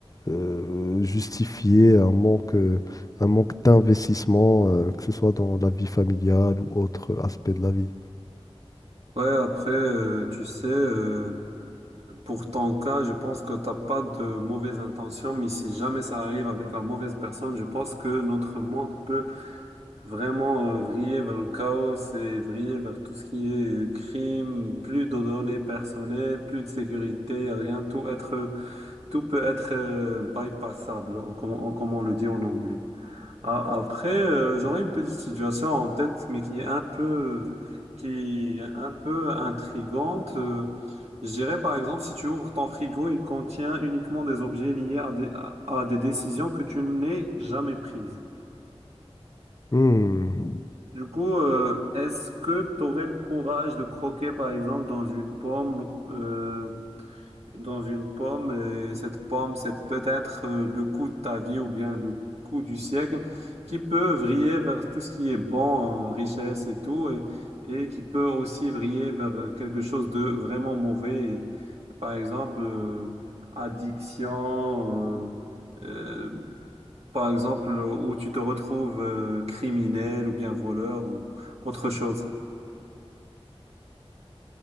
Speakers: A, on the left; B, on the right.
A: euh, justifier un manque, euh, un manque d'investissement, euh, que ce soit dans la vie familiale ou autre aspect de la vie.
B: Ouais, après, euh, tu sais, euh, pour ton cas, je pense que t'as pas de mauvaises intentions, mais si jamais ça arrive avec la mauvaise personne, je pense que notre monde peut Vraiment euh, vriller vers le chaos et vriller vers tout ce qui est euh, crime, plus de données personnelles, plus de sécurité, rien, tout être, euh, tout peut être euh, bypassable, en- comme, en- comme on le dit en anglais. A- Après, euh, j'aurais une petite situation en tête, mais qui est un peu, qui est un peu intrigante. Euh, je dirais par exemple, si tu ouvres ton frigo, il contient uniquement des objets liés à des, à à des décisions que tu n'es jamais prises.
A: Hmm.
B: Du coup, euh, est-ce que tu aurais le courage de croquer, par exemple, dans une pomme, euh, dans une pomme, et cette pomme, c'est peut-être euh, le coup de ta vie ou bien le coup du siècle, qui peut vriller vers tout ce qui est bon, euh, richesse et tout, et, et qui peut aussi vriller vers euh, quelque chose de vraiment mauvais, et, par exemple, euh, addiction, euh, euh, par exemple, où tu te retrouves euh, criminel ou bien voleur ou autre chose.